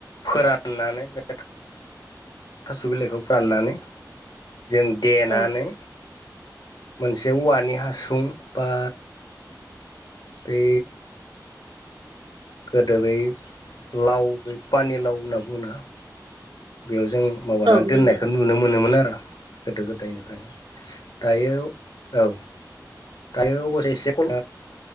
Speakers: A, on the left (about 75°); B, on the right (about 80°).
A: फोराननानै बे थास' बिलाइखौ फाननानै जों देनानै
B: औ
A: मोनसे औवानि हासुं बा बै गोदो बै लाव बेपानि लाव होनना बुङोना बेयाव जों। माबानानै
B: औ
A: दोननायखौ
B: नंगौ
A: नुनो मोनोमोन आरो गोदो गोदायनिफ्रायनो दायो औ दायो अबस्से एसे खल